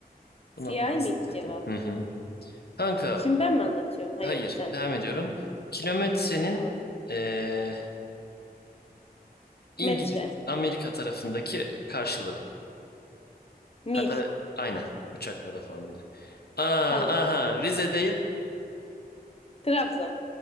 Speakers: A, on the left; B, on the left.
A: Buna
B: Siyahi
A: pas
B: miydi
A: dedim.
B: cevap?
A: Hı hı. Kanka
B: Şimdi ben mi anlatıyorum? Ha
A: Hayır,
B: yok sen.
A: devam ediyorum. Kilometrenin
B: Tamam.
A: eee, İngiliz,
B: Metre,
A: Amerika tarafındaki karşılığı.
B: mil.
A: Hatta aynen uçaklarda falan dedi. Aa,
B: Tamam.
A: aha Rize değil,
B: Trabzon.